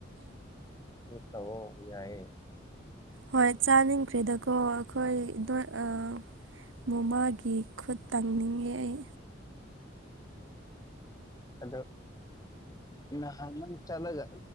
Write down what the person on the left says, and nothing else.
ꯍꯠꯇ ꯑꯣ ꯌꯥꯑ
ꯑꯗꯣ ꯅꯍꯥꯟ ꯅꯪ ꯆꯠꯂꯒ